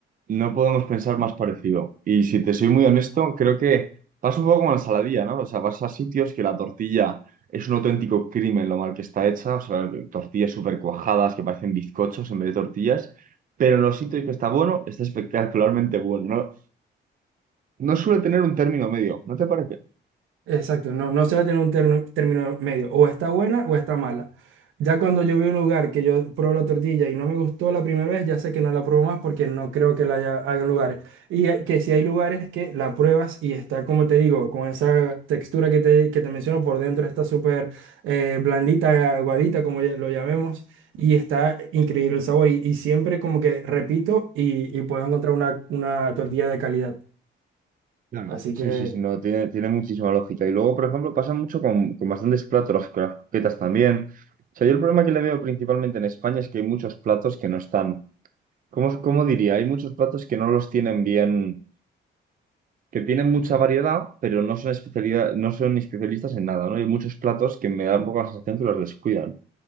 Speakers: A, on the right (about 45°); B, on the right (about 80°).
A: No podemos pensar más parecido. Y si te soy muy honesto, creo que pasa un poco como la ensaladilla ¿no? O sea, vas a sitios que la tortilla es un auténtico crimen lo mal que está hecha, o sea, tortillas súper cuajadas que parecen bizcochos en vez de tortillas, pero en los sitios que está bueno, está espectacularmente bueno. No, no suele tener un término medio, ¿no te parece?
B: Exacto, no, no se va a tener un terno- término medio, o está buena o está mala. Ya cuando yo voy a un lugar que yo pruebo la tortilla y no me gustó la primera vez, ya sé que no la pruebo más porque no creo que la haya, hagan lugares. Y hay- que si hay lugares que la pruebas y está, como te digo, con esa textura que te, que te menciono por dentro, está súper eh, blandita, aguadita, como ya- lo llamemos, y está increíble el sabor. Y, y siempre como que repito y, y puedes encontrar una, una tortilla de calidad.
A: Claro.
B: Así
A: Sí,
B: que...
A: sí, sí, no, tiene, tiene muchísima lógica. Y luego, por ejemplo, pasa mucho con, con bastantes platos, las con las croquetas también. O sea, yo el problema que le veo principalmente en España es que hay muchos platos que no están ¿Cómo, cómo diría? Hay muchos platos que no los tienen bien, que tienen mucha variedad, pero no son especialidad, no son especialistas en nada, ¿no? Hay muchos platos que me dan un poco la sensación que los descuidan.